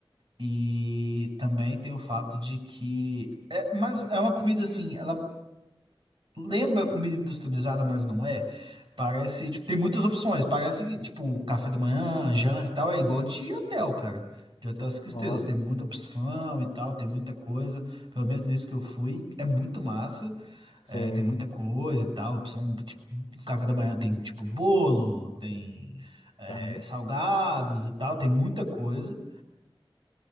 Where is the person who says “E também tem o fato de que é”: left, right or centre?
Right